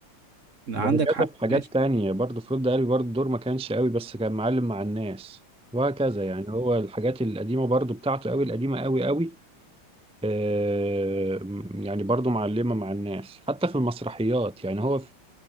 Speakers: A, on the right; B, in the centre.
A: لا،
B: وهكذا
A: عندك حق
B: في حاجات
A: ماشي
B: تانية برضو في رد قلبي برضو الدور ما كانش قوي بس كان معلم مع الناس وهكذا يعني هو الحاجات القديمة برضو بتاعته قوي القديمة قوي قوي آه يعني برضو معلمة مع الناس حتى في المسرحيات يعني هو في